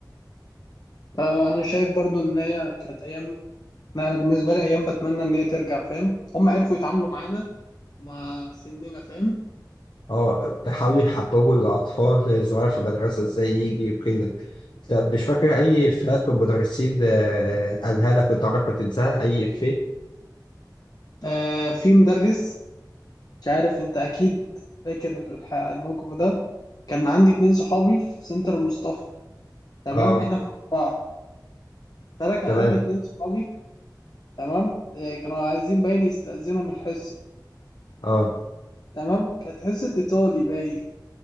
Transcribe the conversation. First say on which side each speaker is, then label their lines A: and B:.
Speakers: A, on the left; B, on the left.
A: آه، انا شايف برضو ان هي كانت ايام لا، انا بالنسبه لي ايام بتمنى ان هي ترجع فاهم هم عرفوا يتعاملوا معانا مع سننا فاهم
B: اه بيحاولوا يحببوا الأطفال الصغيرة في المدرسة ازاي يجري وكده طب مش فاكر أي إفيهات من المدرسين آه، قالها لك كنت عمرك ما تنساها أي إفيه؟
A: آه في مدرس مش عارف انت اكيد فاكر الح- الموقف ده كان عندي اتنين صحابي في سنتر المصطفى تمام
B: اه
A: احنا كنا اربعه فانا كان
B: تمام
A: عندي اتنين صحابي تمام آه كانوا عايزين باين يستأذنوا من الحصه
B: اه
A: تمام كانت حصه ايطالي باين